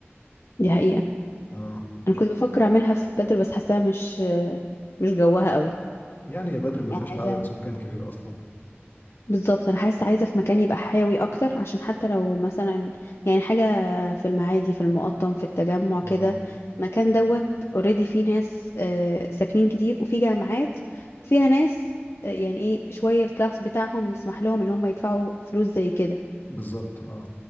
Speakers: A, on the left (about 70°); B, on the left (about 50°).
A: دي حقيقه
B: اه
A: انا كنت بفكر اعملها في بدر بس حاساها مش مش جواها قوي
B: يعني يا بدر ما
A: يعني
B: فيهاش
A: عايزه
B: عدد سكان كبير اصلا
A: بالظبط انا حاسه عايزه في مكان يبقى حيوي اكتر عشان حتى لو مثلا يعني حاجه في المعادي في المقطم في التجمع كده
B: اه
A: مكان دوت اوريدي فيه ناس آه، ساكنين كتير وفي جامعات وفيها ناس آه، يعني ايه شويه الكلاس بتاعهم يسمح لهم ان هم يدفعوا فلوس زي كده
B: بالظبط اه